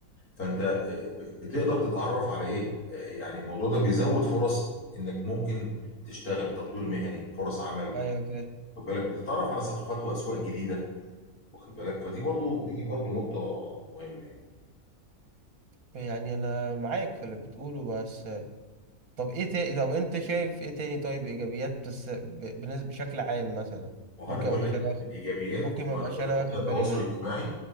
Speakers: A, on the left; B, on the right.
A: فانت آه، ب- بتقدر تتعرف على ايه آه، يعني الموضوع ده بيزود فرص انك ممكن تشتغل تطوير مهني فرص عمل
B: ايوه فاهم
A: خد بالك بتتعرف على ثقافات واسواق جديده واخد بالك فدي برضو دي برضو نقطه مهمه يعني
B: يعني انا معاك في اللي بتقوله بس طب ايه تاني طب انت شايف ايه تاني طيب ايجابيات بس ب- بنس- بشكل عام مثلا
A: ما هو
B: ممكن
A: انا بقول
B: ما ابقاش
A: لك
B: انا واخد
A: الايجابيات
B: ممكن
A: ما
B: ما ابقاش
A: انا بقول
B: انا
A: لك
B: واخد
A: هي تواصل
B: بالي منها
A: اجتماعي